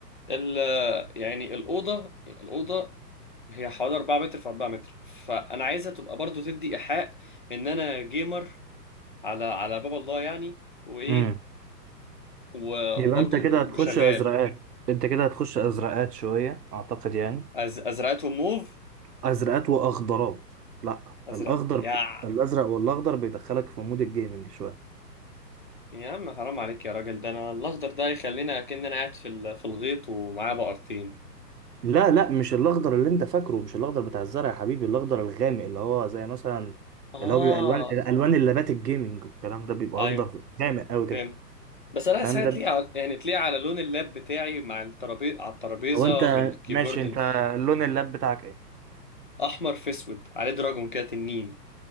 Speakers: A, on the left; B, on the right.
A: ال يعني الأوضة الأوضة هي حوالي 4 متر في 4 متر فانا عايزها تبقى برضو تدي ايحاء ان انا جيمر على على باب الله يعني وايه
B: امم
A: و-
B: يبقى
A: وبرضو
B: انت كده
A: ب-
B: هتخش
A: شغال
B: ازرقات انت كده هتخش ازرقات شويه اعتقد يعني
A: أز... ازرقتهم موف
B: ازرقات واخضرات لا
A: ازرق
B: الاخضر
A: يا
B: الازرق والاخضر بيدخلك في مود الجيمنج شويه
A: يا عم حرام عليك يا راجل ده انا الاخضر ده يخلينا كأن انا قاعد في ال... في الغيط ومعاه بقرتين
B: لا لا مش الاخضر اللي انت فاكره مش الاخضر بتاع الزرع يا حبيبي الاخضر الغامق اللي هو زي مثلا
A: اه
B: اللي هو بيبقى الوان الوان اللابات الجيمنج والكلام ده بيبقى
A: ايوه
B: اخضر غامق قوي كده
A: فهمت بس انا عايز
B: فاهم
A: حاجه
B: ده
A: تليق على... يعني تليق على لون اللاب بتاعي مع الترابيزه على الترابيزه
B: هو انت
A: بالكيبورد
B: ماشي انت لون اللاب بتاعك ايه
A: الاحمر في اسود عليه دراجون كده تنين